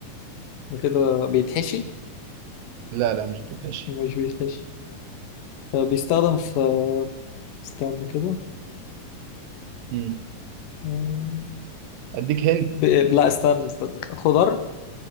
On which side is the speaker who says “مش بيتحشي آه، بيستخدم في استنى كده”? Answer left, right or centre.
Left